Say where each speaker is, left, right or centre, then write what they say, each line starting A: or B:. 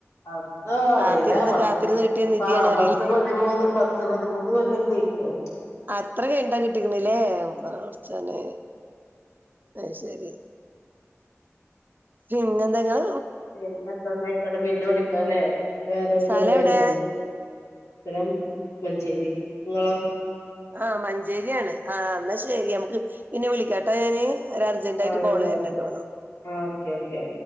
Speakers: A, on the left; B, on the right.
A: അതോ അറിയില്ല
B: കാത്തിരുന്ന്
A: പത്ത്
B: കാത്തിരുന്ന് കിട്ടിയ നിധിയാണ്
A: ആഹ്
B: അറിയി
A: പത്ത് പതിമൂന്ന് പത്ത് പതിമൂന്ന് കൊല്ലൊക്കെ അയ്ക്കണ്
B: അത്ര കഴിന്ട്ടാ കിട്ടിക്കണ്ല്ലേ പടച്ചോനെ ത ശരി പിന്നെന്തങ്ങൾ
A: പിന്നെ എന്താന്ന ഐക്കോട്ടെ പിന്നെ വിളിക്കാനേ വേറരുകോൾ
B: സ്ഥലം
A: വര്ണ്
B: എവിടെ
A: സ്ഥലം മഞ്ചേരി ഇങ്ങളോ
B: ആ മഞ്ചേരിയാണ് ആ എന്ന ശരി നമുക്ക് പിന്നെ വിളിക്കാട്ടാ ഞാന് ഒര് അർജന്റ്
A: ആഹ്
B: ആയിട്ട്
A: ആയിക്കോട്ടെ
B: കോള് വര്ണ് ണ്ടോണു
A: ആഹ് ഓക്കെ ഓക്കെ